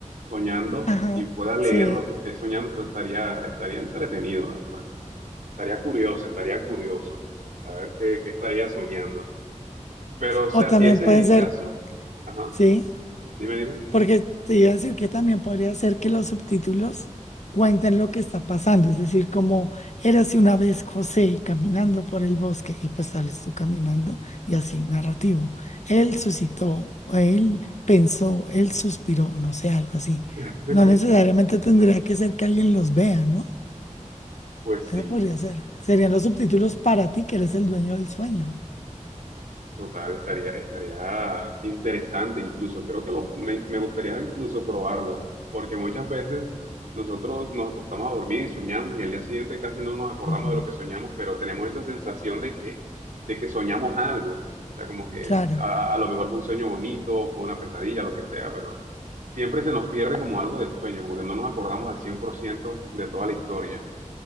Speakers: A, on the right; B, on the left.
A: soñando
B: Ajá,
A: y pueda leer
B: sí.
A: lo que esté soñando, esto estaría, estaría entretenido, la verdad. Estaría curioso, estaría curioso. A ver qué, qué estaría soñando. Pero, o sea,
B: O también
A: si ese
B: pueden
A: es el
B: ser,
A: caso, ajá,
B: sí.
A: dime, dime.
B: Porque te iba a decir que también podría ser que los subtítulos cuenten lo que está pasando, es decir, como érase una vez José caminando por el bosque y pues sales tú caminando y así narrativo. Él suscitó, él pensó, él suspiró, no sé, algo así.
A: <laughs>
B: No necesariamente tendría que ser que alguien los vea, ¿no?
A: Pues
B: Eso
A: sí.
B: podría ser. Serían los subtítulos para ti que eres el dueño del sueño.
A: Total, estaría, estaría interesante incluso. Creo que lo, me, me gustaría incluso probarlo, porque muchas veces nosotros nos acostamos a dormir y soñamos y al día siguiente casi no nos acordamos
B: Ujú.
A: de lo que soñamos, pero tenemos esa sensación de que, de que soñamos algo. O sea, como que
B: Claro,
A: a, a lo mejor fue un sueño bonito, fue una pesadilla, lo que sea, pero siempre se nos pierde como algo del sueño, como que no nos acordamos al 100% de toda la historia.